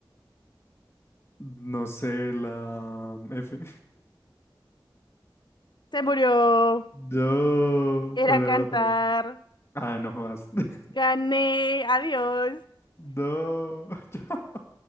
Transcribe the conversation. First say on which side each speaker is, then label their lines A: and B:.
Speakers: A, on the left; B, on the left.
A: No sé, la F.
B: Se murió.
A: <laughs> Yo. ¿Cuál
B: Era
A: era
B: cantar.
A: la palabra? Ah, no jodas. <laughs>
B: Gané. Adiós.
A: No. <laughs> chao.